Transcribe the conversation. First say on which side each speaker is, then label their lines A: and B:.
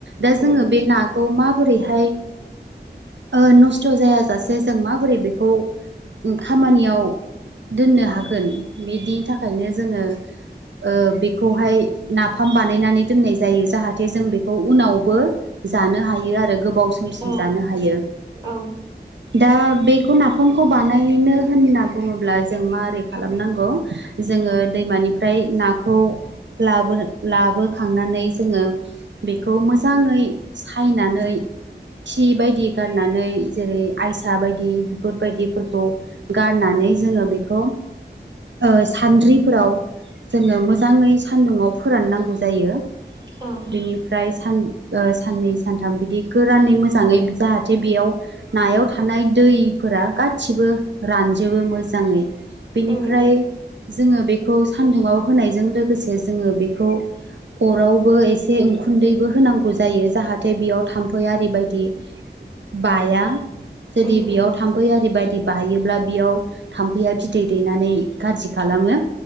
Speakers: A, on the right; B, on the right.
A: दा
B: उम
A: जोङो
B: उम
A: बे नाखौ मा बोरैहाय ओ नस्थजायाजासे जों माबोरै बेखौ खामानियाव दोननो हागोन बिदिनि थाखायनो जोङो ओ बेखौहाय नाफाम बानायनानै दोननाय जायो जाहाथे जों बेखौ उनावबो जानो हायो आरो गोबाव समसिम
B: औ
A: जानो हायो।
B: औ
A: दा बेखौ नाफामखौ बानाय नो होनना बुङोब्ला जों मारै खालामनांगौ जोङो दैमानिफ्राय नाखौ लाबोनो लाबोखांनानै जोङो बेखौ मोजाङै सायनानै खि बायदि गारनानै जेरै आयसा बायदि बिगुर बायदिफोरखौ गारनानै जोङो बेखौ ओ सान्द्रिफोराव जोङो मोजाङै सान्दुंङाव फोराननांगौ जायो।
B: औ
A: बेनिफ्राय सान ओ साननै सानथाम बिदि गोरानै मोजाङै जाहाथे बेयाव नायाव थानाय दैफोरा गासिबो रानजोबो मोजाङै बेनिफ्राय
B: उम उम
A: जोङो बे बेखौ सान्दुंआव होनायजों लोगोसे जोंङो बेखौ अरावबो एसे उखुन्दैबो होनांगौ जायो जाहाथे बेयाव थाम्फै आरि बायदि बाया जुदि
B: उम उम
A: बेयाव थाम्फै आरि बायदि बायो ब्ला बेयाव थामफैया बिदै दैनानै गाज्रि खालामो